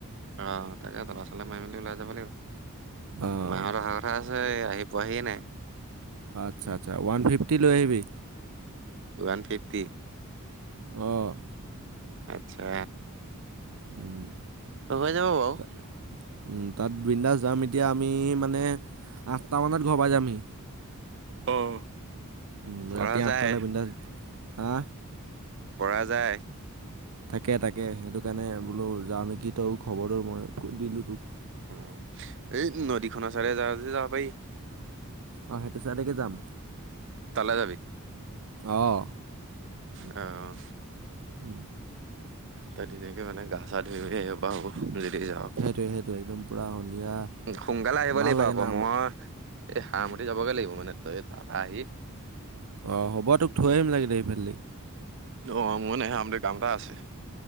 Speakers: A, on the right; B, on the right.
A: অ, তাকে ল'ৰা, ছোৱালী মাৰি মেলি ওলাই যাব লাগিব
B: অঁ
A: মাহৰ ৰহা কথা আছে। আ, আহি পোৱাহিয় নাই।
B: আচ্ছা, আচ্ছা ওৱান ফিফটি লৈ আহিবি।
A: One, fifty.
B: অ'।
A: আচ্ছা।
B: উম।
A: অ, হৈ যাব, ব
B: তা- তাত বৃন্দাস যাম এতিয়া আমি মানে আঠটামানত ঘৰ পাই যামহি।
A: অ'।
B: উম,
A: পৰা
B: ৰাতি আঠটাল
A: যায়
B: পিন্ধা হা
A: কৰা যায়
B: তাকে তাকে সেইটো কাৰণে বোলো যাওঁ নেকি তই খবৰটো মই দিলো তোক
A: অ', ই নদীখনৰ চাৰে যা যাব পাৰি
B: অ', সেইটো চাইলৈকে যাম
A: তালৈ
B: আহ
A: অহ,
B: <unintelligible>
A: ত ধুনীয়াকে মানে গা চা ধুই আহিব প হ'ব যদি যাওঁ
B: সেইটোৱে সেইটোৱে একদম পুৰা সন্ধিয়া
A: সোনকালে আহিব
B: ভাল
A: লাগিব
B: লাগে
A: আকৌ
B: না
A: মই এই হাৰামুঠি যাবগে লাগিব মানে তই এই দাবা আহি
B: অ', 'ব তোক থৈ আহিম লাগে দে সিফালি
A: অ', নে আমাৰ কামত আছে